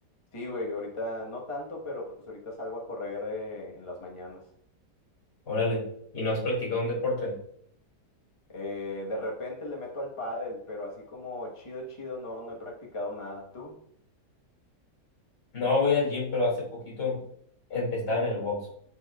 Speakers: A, on the left; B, on the left.
A: Sí, güey, ahorita no tanto, pero pues ahorita salgo a correr eh, en las mañanas.
B: Órale. Y no has practicado un deporte.
A: Eh, de repente le meto al pádel, pero así como chido, chido, no, no he practicado nada. ¿Tú?
B: No voy al gym, pero hace poquito en- estaba en el box.